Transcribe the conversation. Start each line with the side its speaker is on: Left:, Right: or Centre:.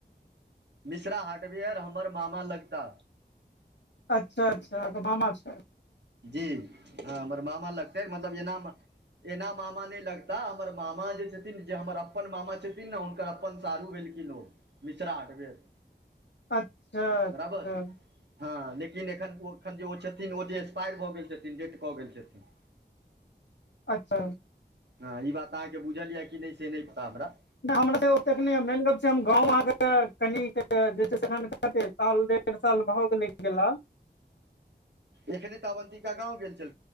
Right: मिश्रा हार्डवेयर हमर मामा लगता
Left: अच्छा अच्छा अहाँ कऽ मामा छै।
Right: जी हँ हमर मामा लगतै मतलब एना एना मामा नै लगता हमर मामा जे छथिन जे हमर अपन मामा छथिन ने हुनकर अपन सारू भेलखिन ओ मिश्रा हार्डबेर।
Left: अच्छा
Right: <inaudible>
Left: अच्छा
Right: बराबर हँ लेकिन एखन ओ एखन जे ओ छथिन ओ जे पायर भऽ गेल छथिन डेट कऽ गेल छथिन।
Left: <unintelligible>
Right: हँ ई बात अहाँ केँ बुझल यऽ कि नै से नै पता हमरा
Left: नै हमरा तऽ ओते कऽ नै मैन गप छै गाँव अहाँ कऽ कीन कऽ जे छै से अखन कते साल डेढ़ साल भऽ गेले गेला।
Right: एखने तऽ अवन्तिका गाँव गेल छल